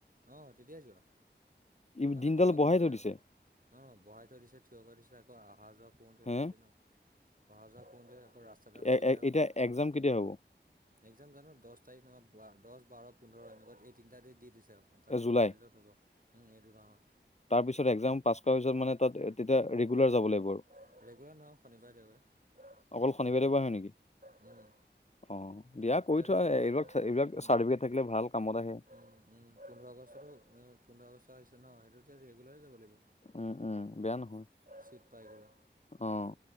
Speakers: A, on the right; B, on the left.
A: অ' তেতিয়াই যোৱা।
B: ই
A: মানে
B: দিনডাল
A: বাৰ
B: বঢ়াই
A: ঘণ্টাই
B: থৈ দিছে
A: আৰু। অ' বহাই থৈ দিছে, থিয় কৰাই থৈছে আকৌ আহা যোৱা কৰোঁতে
B: হে
A: গৈছে ন'। অহা যোৱা কৰোঁতে আকৌ ৰাস্তাডাল
B: এ
A: যিহে
B: এ
A: আৰু।
B: এতিয়া এক্জাম কেতিয়া হ'ব
A: এক্সাম জানো দচ তাৰিখ নাইবা দহ, বাৰ, পোন্ধৰ এনেকুৱা এই তিনিটা ডেইট দি দিছে। এটা
B: এ জুলাই
A: এটাৰ জত হ'ব এই দুমাহৰ
B: তাৰ পিছত একজাম পাছ কৰাৰ পিছত মানে তাত তেতিয়া ৰেগুলাৰ
A: গৈ থাকিব
B: যাব লাগিব আৰু।
A: ৰেগুলাৰ নহও শনিবাৰে দেওবাৰে।
B: অকল শনিবাৰে প হয় নেকি?
A: উম।
B: অ'
A: পোন্ধৰ
B: দিয়া কৰি
A: এতিয়াতো
B: থোৱা
A: পোন্ধৰ
B: এইবিলাক এইবিলাক
A: পোন
B: চাৰ্টিফিকেট থাকিলে ভাল কামত আহে।
A: উম, পোন্ধৰ আগষ্টটো পোন্ধৰ আগষ্ট আহিছে ন সেইটো এতিয়া ৰেগুলাৰ যাব লাগিব।
B: উম, উম বেয়া নহয়।
A: ছিট পাই গ'লে
B: অ'